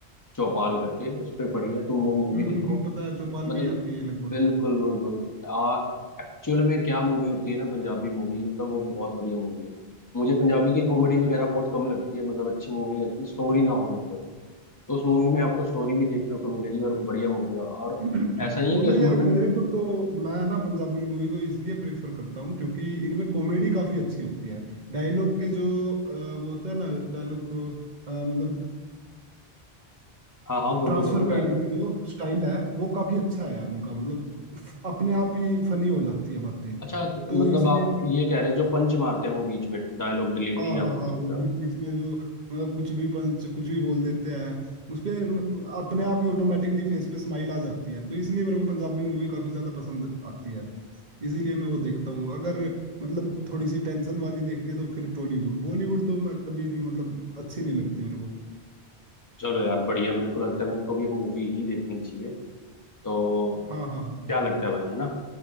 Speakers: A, on the left; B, on the right.
A: चौपाल करके उस पे पड़ी है तुम वो मूवी
B: हम्म
A: देखो
B: हम्म हम्म, पता है चौपाल
A: मतलब
B: पे ही आती है
A: बिल्कुल
B: लगभग
A: बिल्कुल आ एक्चुअल में क्या मूवी होती है ना पंजाबी मूवी मतलब वो बहुत बढ़िया मूवी है मुझे पंजाबी की कॉमेडी
B: हम्म
A: वगैरह बहुत कम लगती है मतलब अच्छी मूवी लगती है स्टोरी ना हो जब तक तो उस मूवी में आपको स्टोरी भी देखने को मिलेगी और बढ़िया मूवी है और
B: मतलब
A: ऐसा नहीं है कि उसमें
B: यार मेरे
A: पन...
B: को तो मैं ना पंजाबी मूवी को इसलिए प्रेफर करता हूँ क्योंकि इनमें कॉमेडी काफी अच्छी होती है डायलॉग के जो अ, वो होता है ना डायलॉग को अ, मतलब
A: हाँ हाँ बोलो
B: ट्रांसफर
A: बोलो डायलॉग
B: करने की जो स्टाइल है वो काफी अच्छा है यार उनका मतलब अपने आप ही फनी हो जाती है बातें
A: अच्छा तो,
B: तो
A: मतलब
B: इसलिए
A: आप ये कह रहे हो जो पंच मारते हैं वो बीच में डायलॉग डिलीवरी
B: हाँ
A: या
B: हाँ
A: बोल
B: हाँ
A: सकते
B: वो
A: हो
B: बीच बीच में जो मतलब कुछ भी पंच कुछ भी बोल देते हैं उस पे म- अपने आप ही ऑटोमेटिकली फेस पे स्माइल आ जाती है तो इसलिए मेरे को पंजाबी मूवी काफी ज्यादा पसंद आती है इसीलिए मैं वो देखता हूँ अगर मतलब थोड़ी सी टेंशन वाली देखनी है तो फिर टॉलीवुड बॉलीवुड तो मैं कभी भी मतलब अच्छी नहीं लगती मेरे को
A: चलो यार बढ़िया मेरे को लगता है मेरे को भी अब मूवी ही देखनी चाहिए तो
B: हाँ हाँ हाँ बिल्कुल
A: क्या लगता
B: भाई
A: है भाई है ना